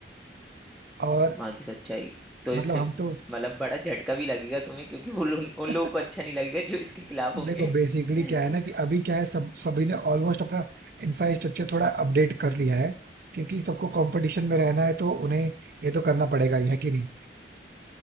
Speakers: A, on the right (about 55°); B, in the centre.
A: और
B: वहां की सच्चाई तो
A: मतलब
B: इससे
A: हम
B: मतलब
A: तो
B: बड़ा झटका भी लगेगा तुम्हें क्योंकि वो उन, उन
A: <laughs>
B: लोगों को अच्छा नहीं लगेगा जो इसके खिलाफ होंगे
A: देखो बेसिकली
B: <laughs>
A: क्या है ना कि अभी क्या है सब सभी ने ऑलमोस्ट अपना इंफ्रास्ट्रक्चर थोड़ा अपडेट कर लिया है क्योंकि सबको कंपटीशन में रहना है तो उन्हें ये तो करना पड़ेगा ही है कि नहीं